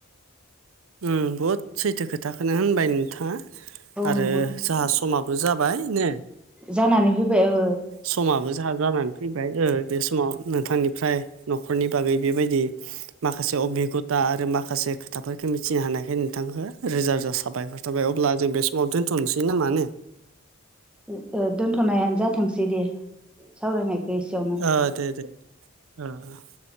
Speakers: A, on the right; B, in the centre.
A: ओम बुहुद सैथो खोथाखौनो होनबाय नोंथाङा
B: औ
A: आरो
B: नंगौ नोंथां
A: जोहा समा जाबाय ने
B: जानानै फैबाय ओ
A: समाबो जोंहा जानानै फैबाय ओ बे समाव नोंथांनिफ्राय न'खरनि बागै बेबायदि माखासे अबिगथा आरो माखासे खोथाफोर <unintelligible> मिथिनो हानायखाय नोंथांखौ रोजा रोजा साबायखर थाबाय अब्ला जों बे समाव दोन्थ'नोसै नामा ने।
B: उम ओ दोनथ'नायानो जाथोंसै दे सावरायनायखौ एसेयावनो।
A: ओ दे दे ओ ओ।